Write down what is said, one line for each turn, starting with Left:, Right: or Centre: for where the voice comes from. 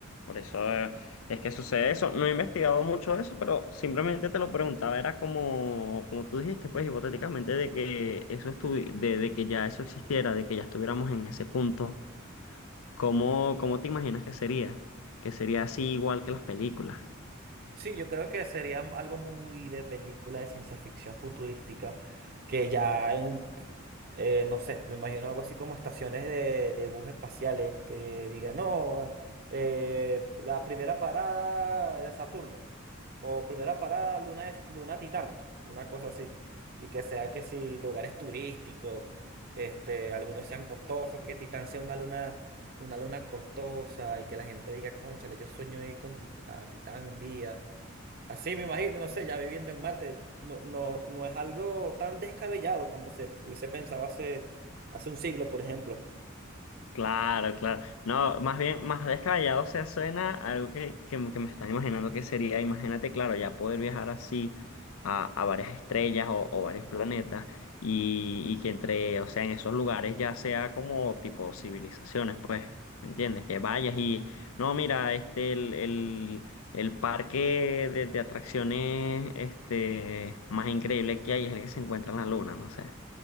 Left: Por eso eh, es que sucede eso. No he investigado mucho de eso, pero simplemente te lo preguntaba. Era como, como tú dijiste, pues hipotéticamente, de que eso estuvi- de, de que ya eso existiera, de que ya estuviéramos en ese punto. ¿Cómo, cómo te imaginas que sería? Que sería así igual que las películas.
Right: Sí, yo creo que sería algo muy de película de ciencia ficción futurística, que ya en, eh, no sé, me imagino algo así como estaciones de, de bus espaciales que digan, no, eh, la primera parada de Saturno, o primera parada Luna, es- Luna Titán, una cosa así, y que sea que si lugares turísticos, este, algunos sean costosos, que Titán sea una luna una luna costosa y que la gente diga, cónchale, yo sueño ir con Tit- a Titán un día. Así me imagino, no sé, ya viviendo en Marte, no, no, no es algo tan descabellado como se hubiese pensado hace, hace un siglo, por ejemplo.
Left: Claro, claro. No, más bien, más descabellado, o sea, suena algo que, que, me que me estaba imaginando que sería, imagínate, claro, ya poder viajar así a, a varias estrellas o, o varios planetas y, y que entre, o sea, en esos lugares ya sea como tipo civilizaciones, pues, ¿me entiendes? Que vayas y, no, mira, este, el, el, el parque de, de atracciones, este, más increíble que hay es el que se encuentra en la luna, no sé.